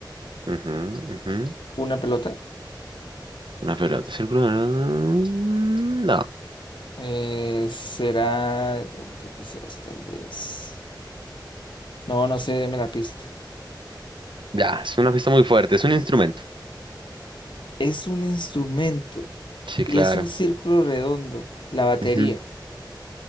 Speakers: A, on the right; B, on the left.
A: ujú, ujú,
B: una pelota.
A: Una pelota circular. mm, No,
B: Eh, será de pronto, quizás, tal vez. No, no sé, deme la pista.
A: ya, es una fiesta muy fuerte. Es un instrumento.
B: Es un instrumento
A: Sí, claro.
B: y es un círculo redondo. La batería,
A: ujú.